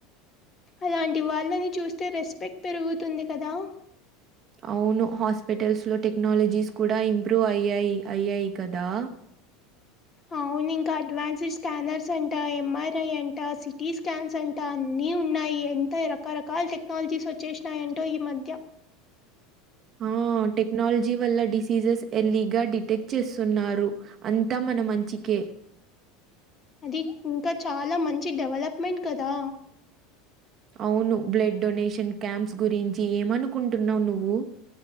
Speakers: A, on the left; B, on the right.
A: అలాంటి వాళ్ళని చూస్తే రెస్పెక్ట్ పెరుగుతుంది కదా
B: అవును హాస్పిటల్స్ లో టెక్నాలజీస్ కూడా ఇంప్రూవ్ అయ్యాయి అయ్యాయి కదా
A: అవు అవున్ ఇంకా అడ్వాన్స్డ్ స్కానర్స్ అంట ఎంఆర్ఐ అంట సిటీ స్కాన్స్ అంట అన్ని ఉన్నాయి ఎంత రకరకాల టెక్నాలజీస్ వచ్చేసినాయంటో ఈ మధ్య
B: ఆ! టెక్నాలజీ వల్ల డిసీజెస్ ఎర్లీగా డిటెక్ట్ చేస్తున్నారు అంతా మన మంచికే
A: అది ఇంకా చాలా మంచి డెవలప్మెంట్ కదా
B: అవును బ్లడ్ డొనేషన్ క్యాంప్స్ గురించి ఏమనుకుంటున్నావు నువ్వు